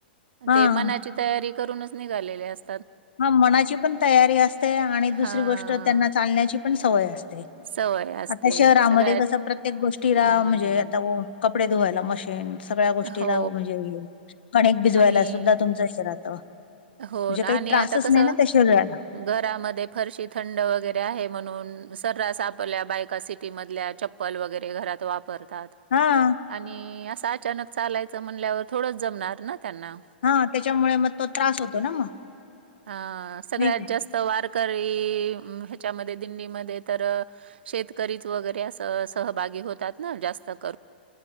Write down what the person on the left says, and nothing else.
हा
हा मनाची पण तयारी असते आणि
दुसरी गोष्ट त्यांना चालण्याची पण सवय असते.
आता शहरामध्ये
कस प्रत्येक गोष्टीला
म्हणजे आता कपडे धुवायला मशीन. तेन सगळ्या गोष्टीला
म्हणजे कणिक भिजवायला
सुद्धा तुमचं <unintelligible> राहतं.
म्हणजे
काही
त्रासच
नाही ना त्या शरीराला
हा.
हा त्याच्यामुळे मग तो त्रास होतो ना मग.
नाही का